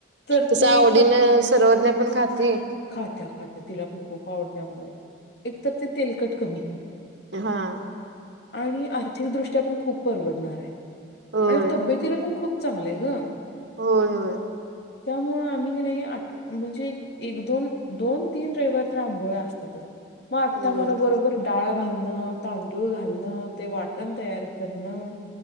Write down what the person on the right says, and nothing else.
तस
आवडीनं सर्वज्जन पण खातीन.
हांअ.
होय
होयं- होयं.
होय